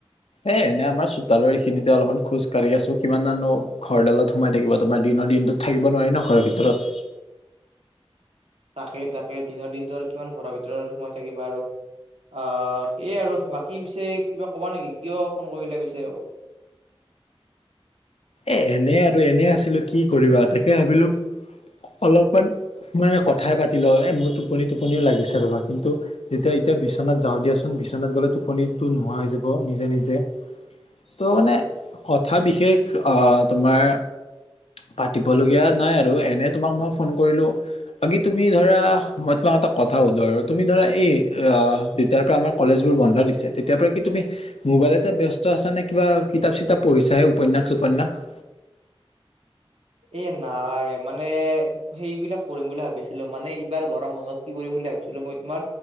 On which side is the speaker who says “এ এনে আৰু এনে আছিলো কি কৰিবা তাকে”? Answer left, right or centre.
Left